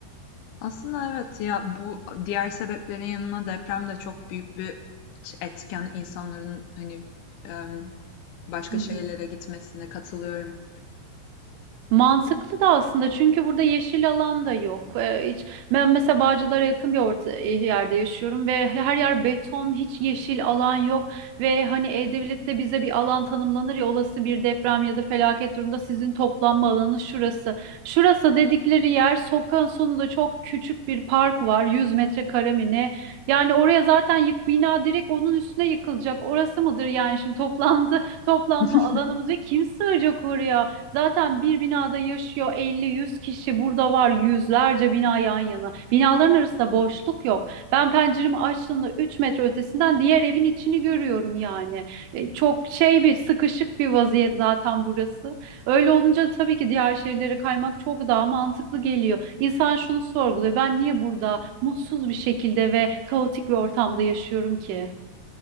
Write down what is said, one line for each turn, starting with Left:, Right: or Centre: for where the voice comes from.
Left: Aslında evet ya bu diğer sebeplerin yanına deprem de çok büyük bir etken insanların hani em, başka
Right: Hı hı.
Left: şehirlere gitmesine katılıyorum.
Right: Mantıklı da aslında çünkü burada yeşil alan da yok. Ee, hiç, ben mesela Bağcılar'a yakın bir orta, e, yerde yaşıyorum ve her yer beton, hiç yeşil alan yok. Ve hani E-Devlet'te bize bir alan tanımlanır ya olası bir deprem ya da felaket durumda sizin toplanma alanı şurası. Şurası dedikleri yer sokağın sonunda çok küçük bir park var 100 metrekare mi ne? Yani oraya zaten yık, bina direkt onun üstüne yıkılacak. Orası mıdır yani şimdi toplantı, toplanma
Left: <laughs>
Right: alanımız ve kim sığacak oraya? Zaten bir binada yaşıyor elli, yüz kişi. Burada var yüzlerce bina yan yana. Binaların arasında boşluk yok. Ben penceremi açtığımda 3 metre ötesinden diğer evin içini görüyorum yani. E, Çok şey bir sıkışık bir vaziyet zaten burası. Öyle olunca tabii ki diğer şehirlere kaymak çok daha mantıklı geliyor. İnsan şunu sorguluyor. Ben niye burada mutsuz bir şekilde ve kaotik bir ortamda yaşıyorum ki?